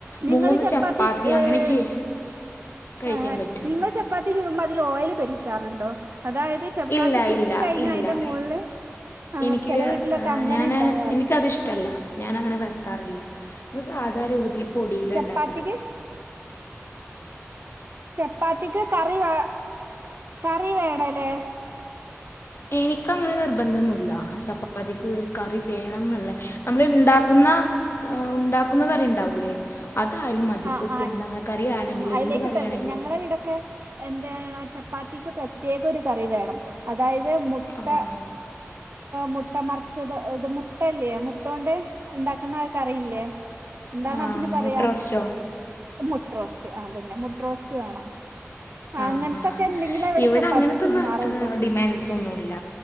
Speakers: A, on the right; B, on the left.
A: നിങ്ങള്
B: മൂന്ന്
A: ചപ്പാത്തി <unintelligible>
B: അങ്ങനെയൊക്കെ കഴിക്കാൻ പറ്റുമോ
A: നിങ്ങള് ചപ്പാത്തി ചുടുമ്പോ ത് ല് ഓയല് <unintelligible> അതായത് ചപ്പാത്തി
B: ഇല്ല
A: ചുട്ട്
B: ഇല്ല
A: കഴിഞ്ഞ
B: ഇല്ല
A: അയ്ന്റെ മോൾല് ആ
B: എനിക്ക്
A: ചെല വീട്ടിലൊക്കെ അങ്ങനെ
B: ഞാൻ
A: ണ്ടാകാർണ്ട്
B: എനിക്കതിഷ്ടമല്ല ഞാൻ അങ്ങനെ പരത്താറില്ല സാധാ രൂപത്തില് പൊടിലണ്ടാക്കാറ്
A: ചപ്പാത്തിക്ക് ചപ്പാത്തിക്ക് കറി വേ കറി വേണല്ലേ
B: എനിക്കങ്ങനെ നിർബന്തൊന്നുല്ല ച പ്പാത്തിക്ക് കറി വേണം ന്ന്ള്ളെ നമ്മളിണ്ടാക്കുന്ന ആ ഉണ്ടാക്കുന്ന കറി ണ്ടാവൂല്ലേ അതായാലും മതി
A: ആഹ്
B: പ്പ
A: ആഹ്
B: കുമ്പളങ്ങ കറിയാണെങ്കിലും
A: ആഹ് അയിലേക്ക്
B: എന്ത് കറിയാണെങ്കിലും
A: പറ്റ ഞങ്ങളെ ഇവിടൊക്കെ <unintelligible> ചപ്പാത്തിക്ക് പ്രത്യേകൊരു കറി വേണം അതായത് അത് മുട്ട
B: ആ
A: മുട്ട മറിച്ചത് ത് മുട്ടല്ലേ മുട്ടോണ്ട് ണ്ടാക്കുന്ന കറിയില്ലേ എന്താണ്
B: ആ
A: അതിന് പറയാം
B: മുട്ട റോസ്റ്റോ
A: മുട്ട്രോസ്റ്റ്. ആ തന്നെ മുട്ട്രോസ്റ്റ് വേണം.
B: ആഹ്
A: അങ്ങനത്തൊക്കെ
B: ആ
A: എന്തെങ്കിലെ ഇവിടെ
B: ഇവെടെ
A: ചപ്പാത്തി
B: അങ്ങനത്തൊന്ന
A: തിന്നാറുള്ളൂ
B: ഡിമാൻഡ് സൊന്നുമില്ല.